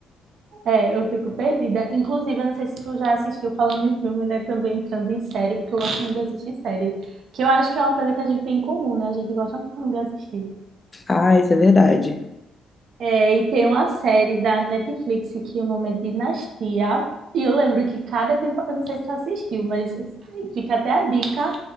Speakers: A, on the right; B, on the left.
A: É, eu fico perdida. Inclusive, eu não sei se tu já assistiu falando em filme, né? Também entrando em série, porque eu gosto muito de assistir série. Que eu acho que é uma coisa que a gente tem em comum, né? A gente gosta muito de assistir.
B: Ah, isso é verdade.
A: É, e tem uma série da Netflix que o nome é Dinastia. E eu lembro que cada temporada, eu não sei se tu assistiu, mas assim, fica até a dica.